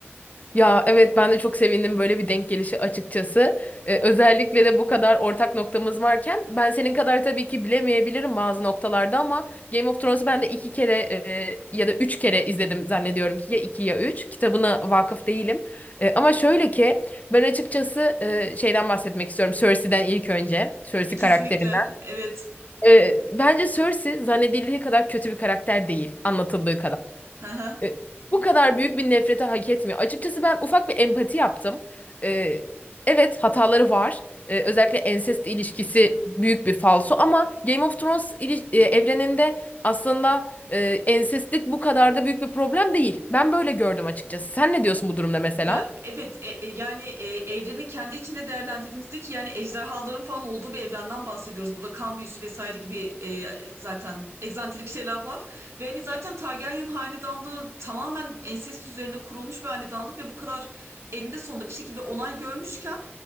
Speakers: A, on the left (about 35°); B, on the right (about 85°).
A: Ya evet ben de çok sevindim böyle bir denk gelişi açıkçası. Ee, özellikle de bu kadar ortak noktamız varken ben senin kadar tabii ki bilemeyebilirim bazı noktalarda ama Game of Thrones'u ben de iki kere e, ya da üç kere izledim zannediyorum ki ya iki ya üç. Kitabına vakıf değilim. E, ama şöyle ki ben açıkçası e, şeyden bahsetmek istiyorum Cersei'den ilk önce. Cersei
B: E, kesinlikle.
A: karakterinden.
B: Evet.
A: E, bence Cersei zannedildiği kadar kötü bir karakter değil anlatıldığı kadar.
B: <laughs> Hı
A: E, bu kadar büyük bir nefrete hak etmiyor. Açıkçası ben ufak bir empati yaptım. E, evet hataları var. E, özellikle ensest ilişkisi büyük bir falso ama Game of Thrones ili- e, evreninde aslında e, ensestlik bu kadar da büyük bir problem değil. Ben böyle gördüm açıkçası. Sen ne diyorsun bu durumda mesela?
B: Ya evet e- e, yani e, evreni kendi içinde değerlendirdiğimizde ki yani ejderhaların falan olduğu bir evrenden bahsediyoruz. Burada kan büyüsü vesaire gibi e, zaten egzantrik şeyler var. Ve hani zaten Targaryen hanedanlığı tamamen ensest üzerine kurulmuş bir hanedanlık ve bu kadar eninde sonunda bir şekilde onay görmüşken